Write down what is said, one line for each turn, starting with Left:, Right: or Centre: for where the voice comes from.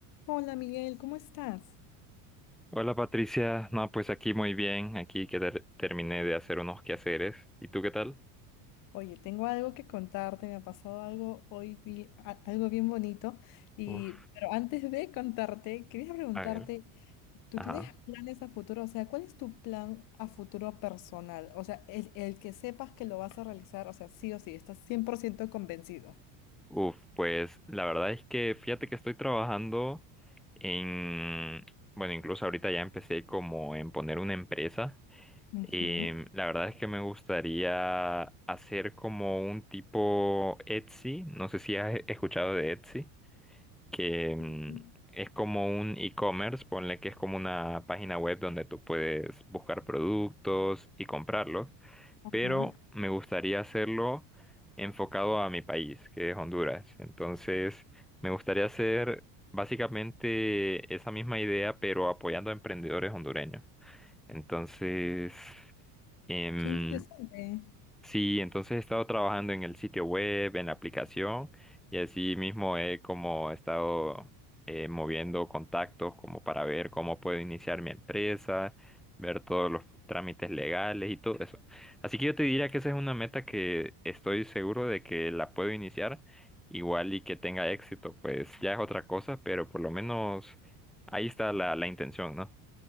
Left: Hola Miguel, ¿cómo estás?
Centre: Hola Patricia, no, pues aquí muy bien, aquí que ter- terminé de hacer unos quehaceres. ¿Y tú qué tal?
Left: Oye, tengo algo que contarte, me ha pasado algo hoy, bi- a- algo bien bonito, y,
Centre: Uf,
Left: pero antes de contarte, quería preguntarte,
Centre: a ver,
Left: ¿tú
Centre: ajá.
Left: tienes planes a futuro? O sea, ¿cuál es tu plan a futuro personal? O sea, el, el que sepas que lo vas a realizar, o sea, sí o sí, estás 100% convencido.
Centre: Uf, pues la verdad es que fíjate que estoy trabajando en, bueno, incluso ahorita ya empecé como en poner una empresa.
Left: Ujú.
Centre: Y la verdad es que me gustaría hacer como un tipo Etsy, no sé si has escuchado de Etsy. que mm,
Left: Mm,
Centre: es como un e-commerce, ponle que es como una página web donde tú puedes buscar productos y comprarlos,
Left: Ajá.
Centre: pero me gustaría hacerlo enfocado a mi país, que es Honduras. Entonces, me gustaría hacer básicamente esa misma idea, pero apoyando a emprendedores hondureños. Entonces, em,
Left: Qué interesante.
Centre: Sí, entonces he estado trabajando en el sitio web, en la aplicación, y así mismo he como estado eh, moviendo contactos como para ver cómo puedo iniciar mi empresa, ver todos los trámites legales y todo eso. Así que yo te diría que esa es una meta que estoy seguro de que la puedo iniciar, igual y que tenga éxito, pues ya es otra cosa, pero por lo menos ahí está la, la intención, ¿no?